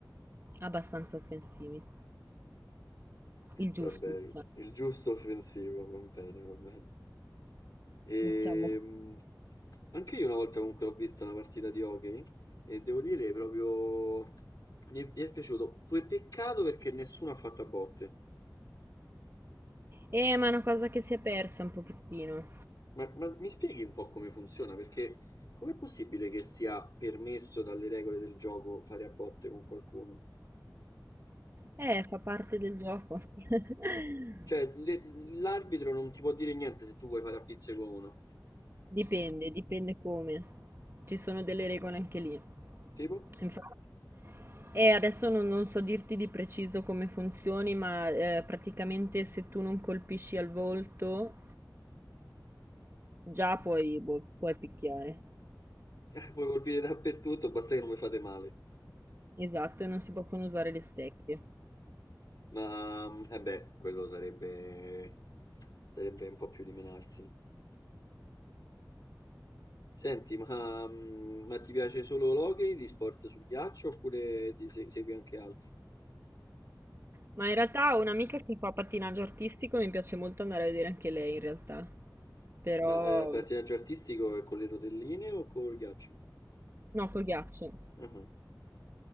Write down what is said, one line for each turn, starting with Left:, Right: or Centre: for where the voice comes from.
Right: abbastanza offensivi, il giusto,
Left: Vabbè,
Right: diciamo.
Left: il giusto offensivo, va bene, va bene. Ehm,
Right: diciamo.
Left: anche io una volta comunque ho visto una partita di hockey e devo dire proprio mi è, mi è piaciuto. Poi peccato perché nessuno ha fatto a botte.
Right: Eh, ma è una cosa che si è persa un pochettino.
Left: Ma, ma mi spieghi un po' come funziona? Perché com'è possibile che sia permesso dalle regole del gioco fare a botte con qualcuno?
Right: Eh, fa parte del gioco. <laughs>
Left: Cioè, le- l'arbitro non ti può dire niente se tu vuoi fare a pizze con uno.
Right: Dipende, dipende come. Ci sono delle regole anche lì.
Left: Tipo?
Right: Infatti, eh, adesso non, non so dirti di preciso come funzioni, ma eh, praticamente se tu non colpisci al volto, già puoi, boh, puoi picchiare.
Left: Eh, Puoi colpire dappertutto, basta che non vi fate male.
Right: Esatto, e non si possono usare le stecche.
Left: Ma, eh beh, quello sarebbe, sarebbe un po' più di menarsi. Senti, ma, mm, ma ti piace solo l'hockey di sport sul ghiaccio oppure ti se- segui anche altro?
Right: Ma in realtà ho un'amica che fa pattinaggio artistico e mi piace molto andare a vedere anche lei in realtà. Però,
Left: Ma, eh, pattinaggio artistico è con le rotelline o col ghiaccio?
Right: no, col ghiaccio.
Left: Ah,